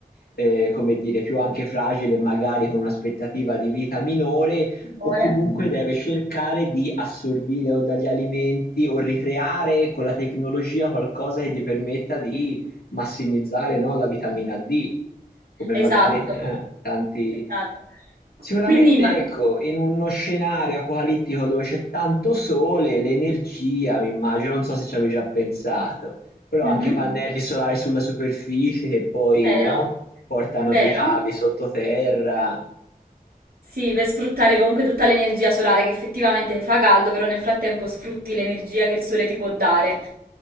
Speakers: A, on the left (about 80°); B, on the right (about 75°).
A: eh, come dire, più anche fragile, magari con un'aspettativa di vita minore,
B: Timore.
A: o comunque deve cercare di assorbire o dagli alimenti o ricreare con la tecnologia qualcosa che gli permetta di massimizzare, no, la vitamina D, come
B: Esatto,
A: magari eh, tanti
B: esatto.
A: Sicuramente
B: Quindi, ma...
A: ecco, in uno scenario apocalittico dove c'è tanto sole, l'energia m'immagino, non so se ci avevi già pensato, però
B: Mhm,
A: anche pannelli solari sulla superficie che poi,
B: Vero?
A: no, portano
B: Vero?
A: di cavi sottoterra.
B: Sì, per sfruttare comunque tutta l'energia solare che effettivamente fa caldo, però nel frattempo sfrutti l'energia che il sole ti può dare.